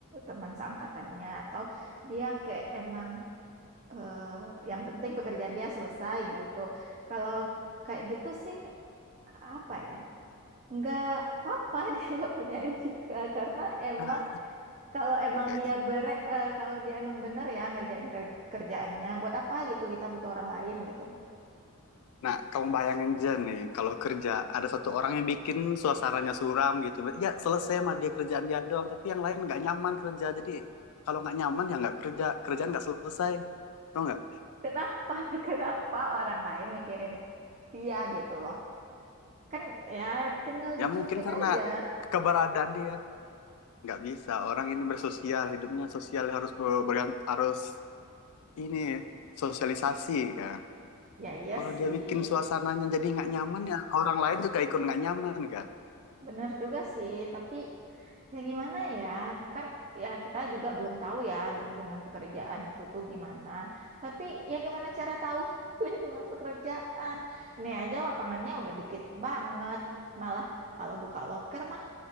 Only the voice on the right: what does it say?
teman seangkatannya atau dia kayak emang eh, yang penting pekerjaan dia selesai gitu. Kalau kayak gitu sih apa ya? Nggak apa-apa <laughs> dia nggak punya etika karena emang
kalau emang
dia bere, eh, kalau dia emang bener ya ngerjain ker- kerjaannya buat apa gitu kita butuh orang lain gitu.
Kenapa <laughs> kenapa orang lain mikirin dia gitu loh. Kan ya tinggal
dicuekin
aja.
Ya iya
sih,
bener juga sih. Tapi ya gimana ya, kan ya kita juga belum tahu ya lingkungan pekerjaan itu tuh gimana. Tapi ya gimana cara tahu <laughs> lingkungan pekerjaan. Ini aja lapangannya udah dikit banget. Malah kalau buka loker mah